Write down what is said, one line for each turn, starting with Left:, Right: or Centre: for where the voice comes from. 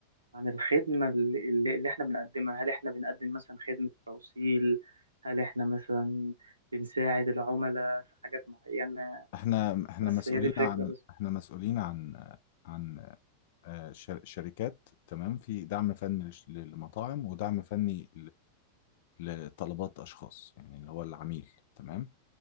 Right: عن الخدمة اللي, اللي اللي احنا بنقدمها هل احنا بنقدم مثلا خدمة توصيل هل احنا مثلا بنساعد العملاء في حاجات معينة
Left: احنا احنا
Right: بس
Left: مسؤولين
Right: هي دي الفكرة
Left: عن
Right: بس
Left: احنا مسؤولين عن عن آه، شر- شركات تمام في دعم فني للش- للمطاعم ودعم فني لطلبات اشخاص يعني اللي هو العميل تمام